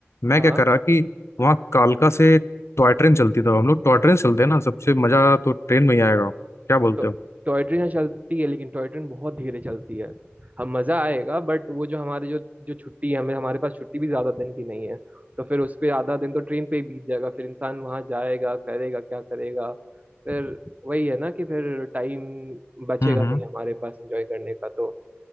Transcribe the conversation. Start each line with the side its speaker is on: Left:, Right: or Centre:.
Left: मैं
Right: हाँ
Left: क्या कर रहा कि वहाँ कालका से टॉय ट्रेन चलती था हम लोग टॉय ट्रेन से चलते हैं ना सबसे मजा तो ट्रेन में ही आएगा क्या बोलते
Right: तो
Left: हो
Right: टॉय ट्रेन यहाँ चलती है लेकिन टॉय ट्रेन बहुत धीरे चलती है हम मजा आएगा बट वो जो हमारे जो जो छुट्टी है हमें हमारे पास छुट्टी भी ज्यादा दिन की नहीं है तो फिर उस पे आधा दिन तो ट्रेन पे ही बीत जाएगा फिर इंसान वहां जाएगा करेगा क्या करेगा फिर वही है ना कि फिर टाइम बचेगा
Left: हम्म हम्म
Right: नहीं हमारे पास एंजॉय करने का तो